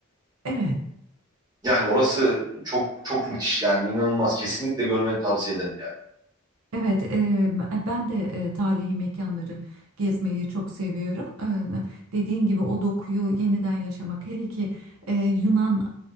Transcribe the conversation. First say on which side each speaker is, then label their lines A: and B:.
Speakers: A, on the right; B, on the right.
A: Evet.
B: Yani orası çok çok müthiş yani inanılmaz. Kesinlikle görmeni tavsiye ederim yani.
A: Evet, eee, ben de eee, tarihi mekanları gezmeyi çok seviyorum. Eee, dediğin gibi o dokuyu yeniden yaşamak, hele ki eee, Yunan